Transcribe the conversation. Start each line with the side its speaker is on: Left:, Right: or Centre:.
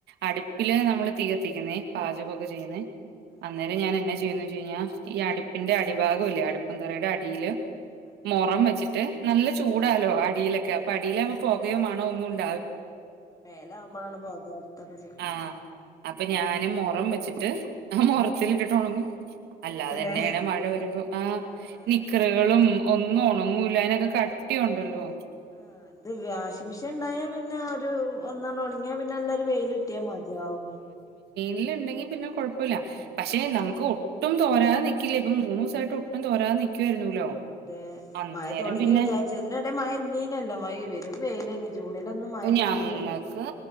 Right: അടുപ്പില് നമ്മള് തീ കത്തിക്കുന്നേ പാചകൊക്കെ ചെയ്യുന്നേ
Left: അതെ
Right: അന്നേരം ഞാൻ എന്ന ചെയ്യുന്നു വെച്ച് കഴിഞ്ഞാ ഈ അടുപ്പിന്റെ അടിഭാഗം ഇല്ലേ അടുപ്പും തറയുടെ അടിയില്
Left: അതെ
Right: മൊറം വെച്ചിട്ട് നല്ല ചൂടാലോ അടിയിലൊക്കെ അപ്പൊ അടിയിലാവുമ്പോ പോകയോ മണമൊ ഒന്നും ഉണ്ടാ
Left: മേല് ആവുമ്പോഴാണ് പൊക <unintelligible>
Right: ആഹ് അപ്പൊ ഞാന് മൊറം വെച്ചിട്ട് ആ മൊറത്തിലിട്ടിട്ട് ഒണങ്ങും
Left: ഒണക്കൂലേ
Right: അല്ലാതെന്നായ്യണെ മഴ വരും ആ
Left: ആഹ്
Right: നിക്കറുകളും ഒന്നും ഒണങ്ങൂലാ അയിനൊക്കെ കട്ടിയുണ്ടല്ലോ
Left: ആ ഇത് വാഷിംഗ് മെഷീൻ ഉണ്ടായാ പിന്നെ ഒരു ഒന്നാണ്ട് ഒണങ്ങിയാ പിന്നെല്ല വെയിലിട്ടിയാ മതിയാവും
Right: വെയിലിണ്ടെങ്കി പിന്നെ കുഴപ്പല്ല പക്ഷെ നമുക്ക് ഒട്ടും തോരാതെ നിക്കില്ലേ ഇപ്പ മൂന്നു ദിവസായിട്ട് ഒട്ടും തോരാതെ നിക്കുവായിരുന്നൂല്ലോ.
Left: അതെ ആ അതെ
Right: അന്നേരം
Left: മയ തൊടങ്ങി
Right: പിന്നെ
Left: വിചാരിച്ച് ഇതിന്റെടേൽ മയ ഇല്ലേനിലോ മയ വരും വെയിലേനി ജൂണിലൊന്നും മഴ
Right: ഞങ്ങക്ക്
Left: കിട്ടിയില്ലല്ലോ